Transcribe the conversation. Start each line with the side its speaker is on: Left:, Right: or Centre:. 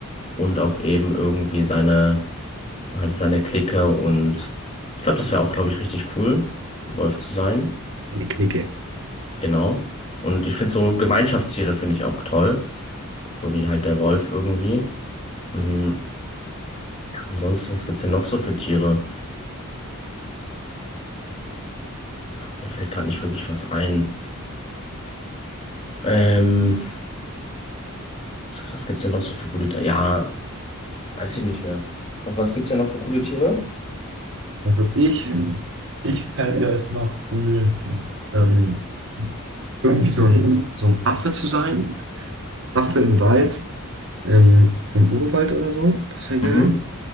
Left: und auch eben irgendwie seine, halt seine Clique und ich glaube, das wäre auch, glaube ich, richtig cool, ein Wolf zu sein.
Right: Eine Clique.
Left: Genau. Und ich finde so Gemeinschaftstiere finde ich auch toll. So wie halt der Wolf irgendwie. Mhm. Ja, ansonsten, was gibt's denn noch so für Tiere? Mir fällt gerade nicht wirklich was ein. Ähm, was, was gibt's denn noch so für coole? Ja, Weiß ich nicht mehr. Und was gibt's ja noch für coole Tiere?
Right: Also ich, ich fände es noch cool, ähm, irgendwie so ein, so ein Affe zu sein. Affe im Wald, ähm, im Urwald oder so. Das wäre
Left: Mhm.
Right: geil.